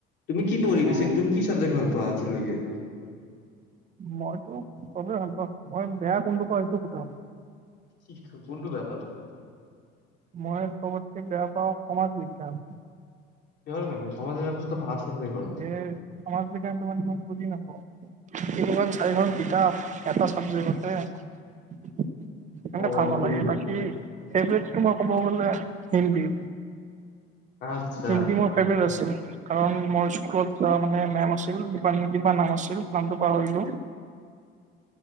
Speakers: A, on the left; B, on the right.
A: তুমি কিঢ়ি
B: অ',
A: তুমি কি ছাবজেক্ট ভাল পোৱা আজৈকে?
B: মইতো চবেই ভাল পাওঁ। মই বেয়া কোনটো পাওঁ এইটো সোধা?
A: কি কোনটো বেয়া পোৱা তুমি?
B: মই চবতকে বেয়া পাওঁ সমাজ বিজ্ঞান।
A: সহৰ কাৰণে সমাজ বিজ্ঞানতো ভাল। চাবজেক্ট হয়।
B: এ সমাজ বিজ্ঞানতো মানে মই বুজি নাপাওঁ। তিনিখন চাৰিখন কিতাপ এটা চাবজেক্টতে। সে কাৰণে
A: অ',
B: ভাল
A: অ',
B: নালাগে।
A: বুজিলো।
B: বাকী ফেৱৰেতটো মই ক'ব গ'লে হিন্দী।
A: আচ্ছা
B: হিন্দী মোৰ ফেভৰেট আছিল। কাৰণ মোৰ স্কুলত মানে মেম আছিল ক কিবা নাম আছিল নামটো পাহৰিলোঁ।